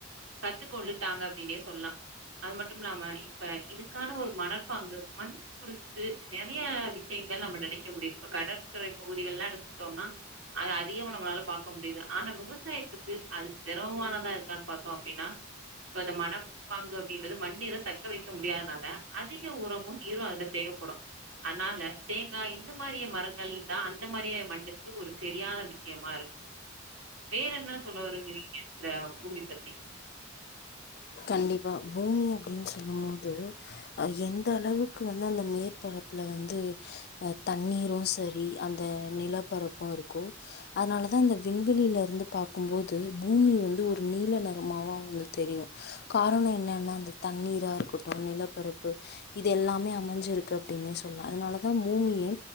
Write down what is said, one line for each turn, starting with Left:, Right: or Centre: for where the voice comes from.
Right: கத்துக்க கொள்ளுட்டாங்க அப்டின்னே சொல்லலா அது மட்டும் இல்லாம இப்ப இதுக்கான ஒரு மனர்ப்பாங்கு மண் குறிச்சு நெறைய விஷயங்கள் நம்ம நெனைக்க முடியுது இப்ப கடற்கரை பகுதிகள்லா எடுத்துட்டோம்னா அது அதிகம் நம்மளால பாக்க முடியுது ஆனா விவசாயத்துக்கு அது சிரமமானதா இருக்கான்னு பாத்தோ அப்டின்னா இப்ப இந்த மணப்பாங்கு அப்டின்றது மண் நீர தக் க வைக்க முடியாதனால அதிக உரமு நீரு அதுல தேவப்படு அதனால தேங்காய் இந்த மாரிய மரங்கள் தா அந்த மாரியே மண்ணுக்கு ஒரு சரியான விஷயமா இருக்கு வேற என்ன சொல்ல வருவீங்க இந்த பூமி பத்தி
Left: கண்டிப்பா பூமி அப்டின்னு சொல்லும் போது அது எந்தளவுக் கு வந்து அந்த மேற்பரப்புல வந்து ஆ தண்ணீரு சரி அந்த நிலப்பரப்பு இருக்கு அதனால தா அந்த விண்வெளியில இருந்து பாக்கும்போது பூமி வந்து ஒரு நீல நெறமாவு அவுங்களுக்கு தெரியு காரண என்னன்னா அந்த தண்ணீரா இருக்கட்டு நிலப்பரப்பு இது எல்லாமே அமஞ்சிருக் தப்டின்னே சொல்லா அதனாலதா பூமியே